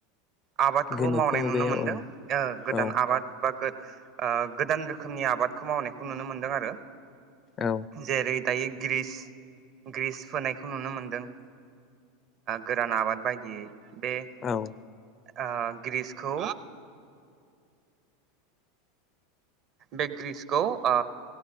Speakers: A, on the right (about 45°); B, on the left (about 35°).
A: आबादखौबो
B: गोनोखो
A: मावनाय
B: मुगायाव
A: नुनो मोनदों
B: औ
A: ओ गोदान
B: औ
A: आबाद बा गो-गोदान रोखोमनि आबादखौ मावनायखौ नुनो मोनदों आरो
B: औ
A: जेरै दायो ग्रिस ग्रिस फोनायखौ नुनो मोनदों गोरान आबाद बायदियै बे
B: औ
A: आ ग्रिस खौ बे ग्रिसखौ ओ